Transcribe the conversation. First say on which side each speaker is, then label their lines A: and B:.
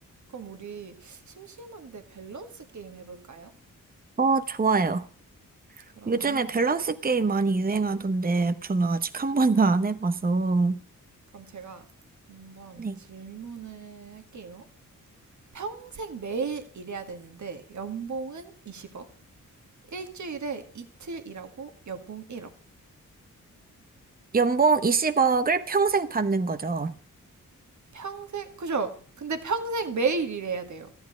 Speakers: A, on the right; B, on the right.
A: 그럼 우리 심심한데 밸런스 게임 해볼까요?
B: 어, 좋아요.
A: 그러면
B: 요즘에 밸런스 게임 많이 유행하던데 저는 아직 한 번도 안 해봐서.
A: 그럼 제가 한번
B: 네.
A: 질문을 할게요. 평생 매일 일해야 되는데 연봉은 20억, 일주일에 이틀 일하고 연봉 1억.
B: 연봉 20억을 평생 받는 거죠.
A: 평생 그죠? 근데 평생 매일 일해야 돼요.